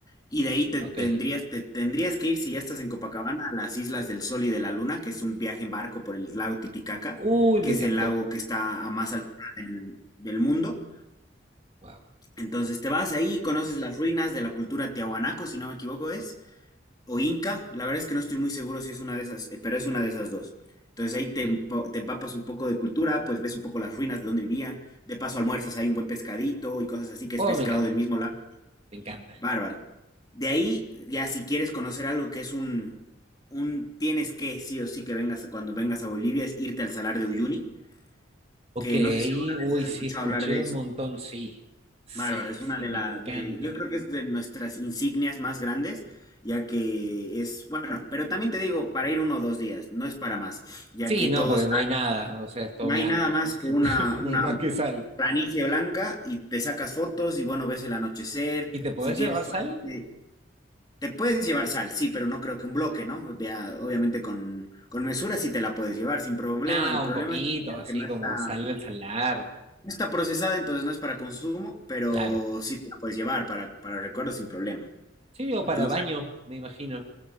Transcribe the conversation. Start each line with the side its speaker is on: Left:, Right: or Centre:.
Left: Y de ahí te
Right: ok.
Left: tendrías, te tendrías que ir, si ya estás en Copacabana, a las Islas del Sol y de la Luna, que es un viaje en barco por el lago Titicaca,
Right: Uy,
Left: que
Right: me encantó.
Left: es el lago que está a más altura del, del mundo.
Right: ¡Wow!
Left: Entonces te vas ahí, conoces las ruinas de la cultura tiahuanaco, si no me equivoco es, o Inca, la verdad es que no estoy muy seguro si es una de esas, eh, pero es una de esas dos. Entonces
Right: ok.
Left: ahí te, empo- te empapas un poco de cultura, pues ves un poco las ruinas de donde vivían, de paso almuerzas, hay un buen pescadito y cosas así, que
Right: Oh,
Left: es pescado
Right: me encanta,
Left: del mismo lado,
Right: me encanta.
Left: bárbaro. De ahí, ya si quieres conocer algo que es un, un tienes que, sí o sí, que vengas, cuando vengas a Bolivia, es irte al Salar de Uyuni,
Right: Ok,
Left: que no sé si alguna
Right: uy,
Left: vez has
Right: sí,
Left: escuchado
Right: escuché
Left: hablar de eso.
Right: un montón, sí. Sí,
Left: Bárbaro, es
Right: sí,
Left: una de
Right: me
Left: las,
Right: encanta.
Left: de, yo creo que es de nuestras insignias más grandes, ya que es, bueno, pero también te digo, para ir uno o dos días, no es para más, ya
Right: Sí,
Left: que todo
Right: no, porque
Left: es,
Right: no hay nada, o sea, es todo
Left: no
Right: blanco.
Left: hay nada más que
Right: <laughs>
Left: una,
Right: No
Left: una
Right: hay más que sal.
Left: planicie blanca y te sacas fotos y bueno, ves el anochecer,
Right: ¿Y te podés
Left: si tienes
Right: llevar
Left: suerte,
Right: sal?
Left: te puedes llevar sal, sí, pero no creo que un bloque, ¿no? De a- obviamente con, con mesura sí te la puedes llevar sin problema,
Right: Nada,
Left: el problema
Right: un poquito,
Left: es que creo
Right: así
Left: que no está...
Right: como sal del salar.
Left: No está procesada, entonces no es para consumo, pero
Right: Claro.
Left: sí te la puedes llevar para, para recuerdos sin problema.
Right: Sí, o
Left: Incluso
Right: para baño, me imagino.